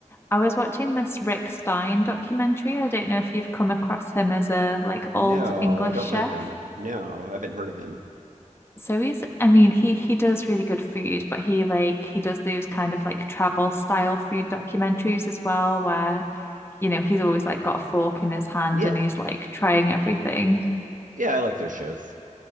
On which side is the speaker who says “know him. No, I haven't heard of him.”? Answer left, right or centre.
Right